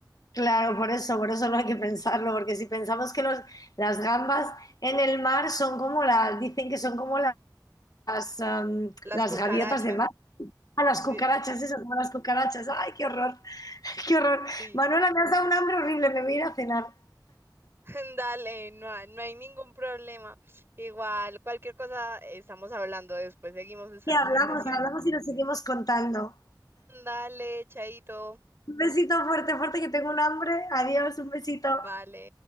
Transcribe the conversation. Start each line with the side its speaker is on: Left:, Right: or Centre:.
Left: Claro, por eso, por eso no hay que pensarlo, porque si pensamos que los, las gambas en el mar son como las, dicen que son como las, am,
Right: Las
Left: las
Right: cucarachas.
Left: gaviotas de mar. A las cucarachas,
Right: Sí,
Left: eso, como las cucarachas. ¡Ay, qué horror! <laughs> ¡Qué horror!
Right: sí.
Left: Manuela, me has dado un hambre horrible, me voy a ir a cenar.
Right: <laughs> Dale, no, hay- no hay ningún problema. Igual, cualquier cosa estamos hablando después, seguimos esta
Left: Y hablamos,
Right: conversación.
Left: hablamos y nos seguimos contando.
Right: Dale, chaito.
Left: Un besito fuerte, fuerte, que tengo un hambre. Adiós, un besito.
Right: Vale.